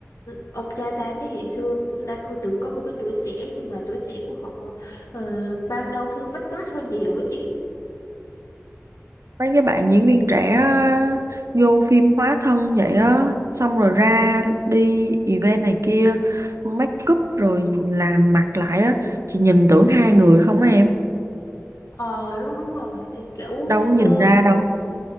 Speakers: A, on the left; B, on the right.
A: ông cha ta thế hệ xưa cũng đã cô từng có một cái tuổi trẻ nhưng mà tuổi trẻ của họ ờ, mang đau thương mất mát hơn nhiều ấy chị
B: mấy cái bạn diễn viên trẻ á, vô phim hóa thân vậy á xong rồi ra đi event này kia make up rồi làm mặt lại á chị nhìn tưởng hai người không á em
A: ờ đúng đúng rồi Thì kiểu
B: đâu có nhìn
A: ờ,
B: ra đâu